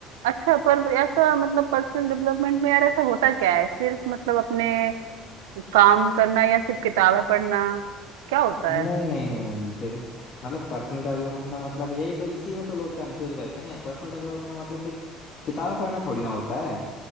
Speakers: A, on the right (about 80°); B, on the left (about 45°).
A: अच्छा पर ऐसा मतलब पर्सनल डेवलपमेंट में यार ऐसा होता क्या है सिर्फ मतलब अपने काम करना या सिर्फ किताबें पढ़ना क्या होता
B: नहीं
A: है
B: नहीं नहीं नहीं नहीं फिर मतलब पर्सनल डेवलपमेंट का मतलब यही तो इसी में तो लोग कंफ्यूज रहते हैं पर्सनल डेवलपमेंट का मतलब सिर्फ किताबें पढ़ना थोड़ी ना होता है